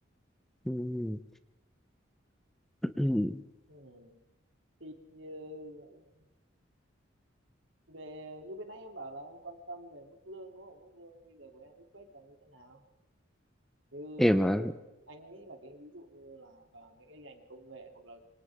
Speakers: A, in the centre; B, on the right.
A: ừm, <clears throat>
B: ừ. thì ừ, về như bên nãy em bảo là em quan tâm về mức lương đúng không mức lương bây giờ của em expect là như thế nào như
A: Em
B: công
A: à,
B: việc anh nghĩ là cái ví dụ như là vào những cái ngành công nghệ hoặc là